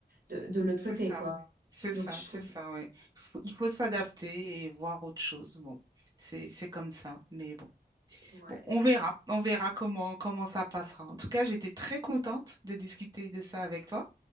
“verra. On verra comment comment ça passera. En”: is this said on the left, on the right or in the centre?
Right